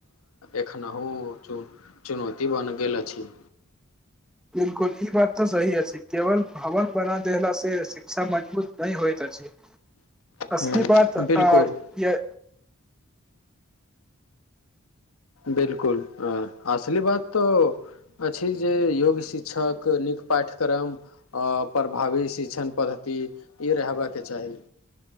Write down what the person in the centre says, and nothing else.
बिल्कुल ई बात तऽ सही अछि केवल भवन बना देला से शिक्षा मजबूत नहि होइत अछि। असल
बात
आ ये